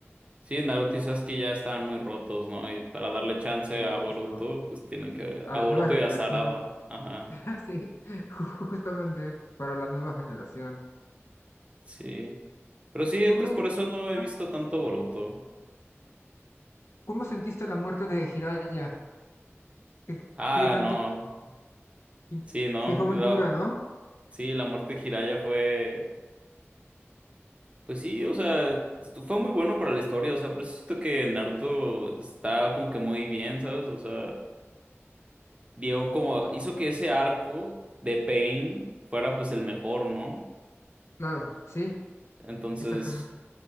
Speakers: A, on the right; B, on the left.
A: Sí, Naruto y Sasuke ya estaban muy rotos, ¿no? Y para darle chance
B: Sí, muchísimo.
A: a Boruto, pues tienen que...
B: a
A: A
B: la
A: Boruto
B: nueva generación.
A: y a Sarada. Ajá,
B: <laughs> Sí, ju- justamente para la nueva generación.
A: sí. Pero sí, entonces
B: ¿Cómo,
A: por eso no he
B: ah,
A: visto tanto Boruto.
B: cómo sentiste la muerte de Jiraiya? ¿Qué,
A: Ah,
B: qué tanto?
A: no.
B: tiempo?
A: Sí, ¿no?
B: Sí, fue
A: La-
B: muy dura, ¿no?
A: Sí, la muerte de Jiraiya fue... Pues sí, o sea, estu- fue muy bueno para la historia, o sea, pero siento que Naruto está como que muy bien, ¿sabes? O sea, dio como... Hizo que ese arco de Pain fuera pues el mejor, ¿no?
B: Claro, sí,
A: Entonces...
B: exactamente.